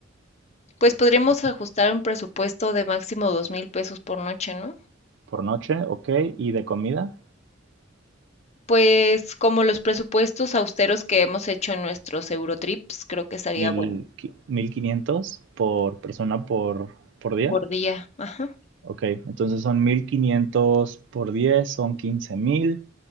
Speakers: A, on the left; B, on the right.
A: Pues podríamos ajustar un presupuesto de máximo dos mil pesos por noche, ¿no?
B: por noche, ok, y de comida,
A: Pues como los presupuestos austeros que hemos hecho en nuestros Eurotrips, creo que estaría
B: mil
A: bueno
B: quinientos por persona por, por día,
A: por día. Ajá.
B: ok, entonces son 1500 por 10 son 15000